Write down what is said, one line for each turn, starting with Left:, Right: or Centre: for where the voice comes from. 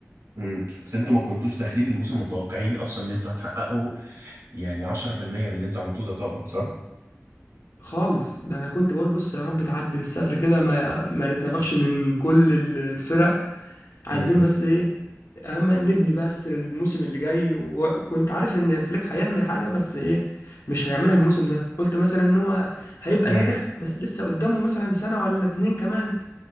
Right: امم بس انتوا ما كنتوش داخلين الموسم متوقعين اصلا ان انتوا هتحققوا يعني 10% من اللي انتوا عملتوه ده طبعا صح
Left: خالص ده انا كنت بقول بص يا رب تعدي بالستر كده ما ما نتنفخش من كل الفرق عايزين
Right: امم
Left: بس ايه اهم نبني بس للموسم اللي جاي و- وكنت عارف ان فليك هيعمل حاجه بس ايه مش هيعملها الموسم ده قلت مثلا ان هو هيبقى
Right: امم
Left: ناجح بس لسه قدامه مثلا سنه ولا اتنين كمان